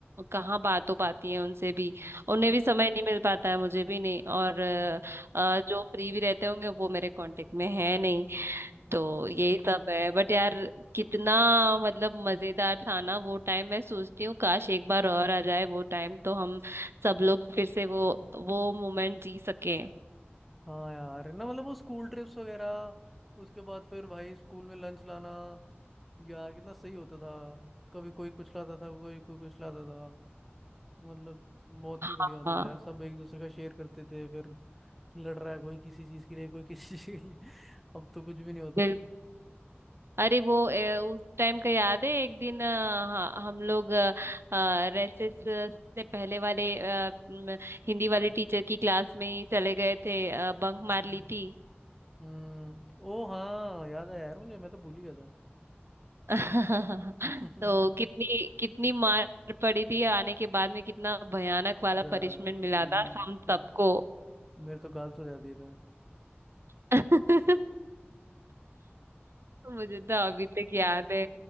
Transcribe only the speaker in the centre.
हम्म,
हम्म,
हम्म, हम्म,
हम्म।
हाँ यार ना मतलब वो स्कूल ट्रिप्स वगैरह उसके बाद फिर भाई स्कूल में लंच लाना यार कितना सही होता था कभी कोई कुछ लाता था कोई कोई कुछ लाता था मतलब बहुत ही बढ़िया
होता था यार सब एक दूसरे का शेयर करते थे फिर लड़ रहा है कोई किसी चीज के लिए कोई <laughs> किसी चीज के लिए अब तो कुछ भी नहीं होता
हम्म
हम्म, ओ हाँ याद आया यार मुझे मैं तो भूल ही गया था
<laughs>
यार,
हम्म,
मेरे तो गाल तो जाती था